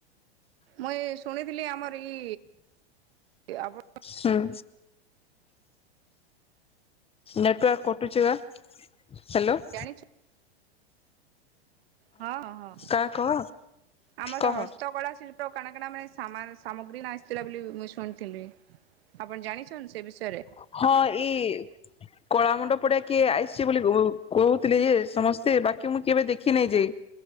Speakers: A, on the right; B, on the left.
A: ମୁଇଁ ଶୁଣିଥିଲି ଆମର ଇ ଆପଣ
B: ହୁଁ। ନେଟ୍ ୱାର୍କ କଟୁଛି ବା ହ୍ୟାଲୋ।
A: ଜାଣିଛ ହଁ ହଁ ହଁ
B: କାଁ କହ
A: ଆମର
B: କହ
A: ତ ହସ୍ତକଳା ଶିଳ୍ପୀ <unintelligible> ଆପଣ ଜାଣିଛନ ସେ ବିଷୟରେ?
B: ହଁ ଏଇ କଳା ମଣ୍ଡପରେ କିଏ ଆସିଛି ବୋଲି କହୁଥିଲି ଯେ ସମସ୍ତେ ବାକି ମୁଁ କେବେ ଦେଖିନାହିଁ ଯେ।